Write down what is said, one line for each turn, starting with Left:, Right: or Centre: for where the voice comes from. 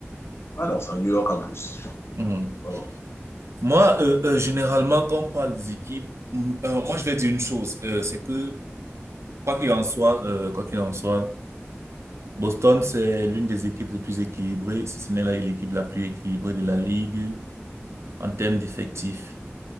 Left: Alors, c'est à New York en plus.
Right: Mhm.
Left: Oh
Right: Moi, euh, euh, généralement, quand on parle des équipes, mm, euh, moi, je vais dire une chose, euh, c'est que Quoi qu'il en soit, euh, quoi qu'il en soit, Boston, c'est l'une des équipes les plus équilibrées, si ce n'est la- l'équipe la plus équilibrée de la ligue en termes d'effectifs.